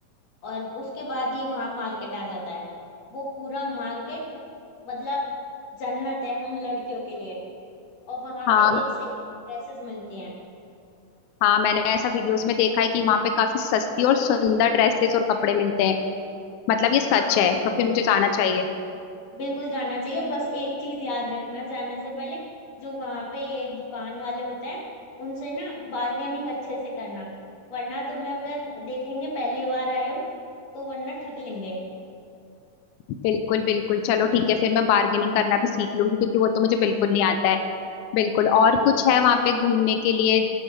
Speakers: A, on the left (about 55°); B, on the left (about 75°).
A: और उसके बाद ही वहां मार्केट आ जाता है वो पूरा मार्केट मतलब जन्नत है हम लड़कियों के लिए और वहां
B: हाँ
A: पे एक से एक ड्रेसेस मिलती हैं
B: हाँ मैंने ऐसा वीडियोस में देखा है कि वहाँ पे काफी सस्ती और सुंदर ड्रेसेस और कपड़े मिलते हैं मतलब ये सच
A: हाँ
B: है
A: बिल्कुल
B: तो फिर मुझे जाना चाहिए
A: बिल्कुल जाना चाहिए बस एक चीज याद रखना जाने से पहले जो वहां पे ये दुकान वाले होते हैं उनसे ना बार्गेनिंग अच्छे से करना वरना तुम्हें अगर देखेंगे पहली बार आए हो तो वरना ठग लेंगे
B: बिल्कुल बिल्कुल चलो ठीक है फिर मैं बार्गेनिंग करना भी सीख लूंगी क्योंकि वो तो मुझे बिल्कुल नहीं आता है बिल्कुल और कुछ है वहाँ पे घूमने के लिए